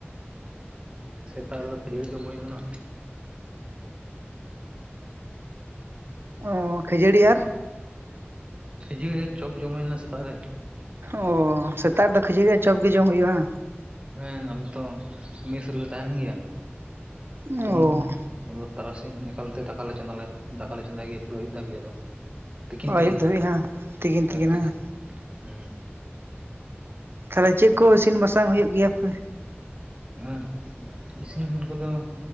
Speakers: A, on the right; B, on the right.
A: ᱥᱮᱛᱟᱜ ᱨᱮᱫᱚ ᱠᱷᱟᱹᱡᱟᱹᱲᱤ ᱡᱚᱢ ᱦᱩᱭ ᱞᱮᱱᱟ᱾
B: ᱚ ᱠᱷᱟᱹᱡᱟᱹᱲᱤ ᱟᱨ
A: ᱠᱷᱟᱹᱡᱟᱹᱲᱤ ᱟᱨ ᱪᱚᱯ ᱡᱚᱢ ᱦᱩᱭ ᱞᱮᱱᱟ ᱥᱮᱛᱟᱜ ᱨᱮ᱾
B: ᱚ ᱥᱮᱛᱟᱜ ᱨᱮᱫᱚ ᱠᱷᱟᱹᱡᱟᱹᱲᱤ ᱟᱨ ᱪᱚᱯ ᱜᱮ ᱡᱚᱢ ᱦᱩᱭᱩᱜᱼᱟ᱾
A: ᱦᱮᱸ ᱟᱞᱮ ᱛᱚ ᱢᱮᱥ ᱨᱮᱞᱮ ᱛᱟᱦᱮᱱ ᱜᱮᱭᱟ
B: ᱚ
A: ᱛᱚ ᱾ ᱟ ᱛᱟᱨᱟᱥᱤᱧ ᱮᱠᱟᱞᱛᱮ ᱫᱟᱠᱟ ᱪᱮ ᱫᱟᱠᱟ ᱞᱮ ᱪᱚᱸᱫᱟᱭ ᱜᱮᱭᱟ ᱯᱩᱨᱟᱹ ᱦᱩᱭᱩᱯ ᱫᱷᱟᱹᱵᱤᱡ ᱟᱫᱚ᱾ ᱛᱤᱠᱤᱱ ᱛᱤᱠᱤᱱ
B: ᱟᱹᱭᱩᱵ ᱫᱷᱟᱹᱵᱤᱡ ᱦᱟᱸᱜ
A: ᱦᱮᱸ ᱛᱤᱠᱤᱱ
B: ᱦᱟᱸᱜ
A: ᱦᱮᱸ
B: ᱛᱟᱦᱚᱞᱮ ᱪᱮᱫ ᱠᱚ ᱤᱥᱤᱱ ᱵᱟᱥᱟᱝ ᱦᱩᱭᱩᱜ ᱜᱮᱭᱟ ᱯᱮ?
A: ᱮ ᱤᱥᱤᱱ ᱠᱚᱫᱚ